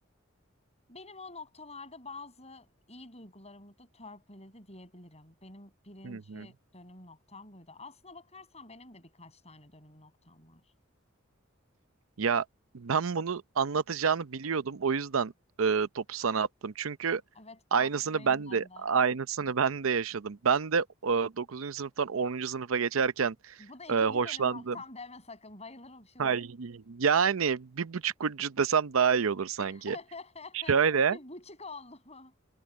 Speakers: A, on the left (about 30°); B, on the right (about 80°).
A: Benim o noktalarda bazı iyi duygularımı da törpüledi diyebilirim. Benim birinci
B: Hı hı.
A: dönüm noktam buydu. Aslına bakarsan benim de birkaç tane dönüm noktam var.
B: Ya ben bunu anlatacağını biliyordum. O yüzden e, topu sana attım. Çünkü
A: Evet farkındayım
B: aynısını ben
A: ben
B: de
A: de.
B: aynısını ben de yaşadım. Ben de e, 9. sınıftan onuncu sınıfa geçerken
A: Bu da ikinci
B: e, hoşlandım.
A: dönüm noktam deme sakın. Bayılırım
B: <laughs>
A: şuraya.
B: Ay, yani bir buçuk ucu desem daha iyi olur sanki.
A: <laughs>
B: Şöyle.
A: Bir buçuk oldu mu?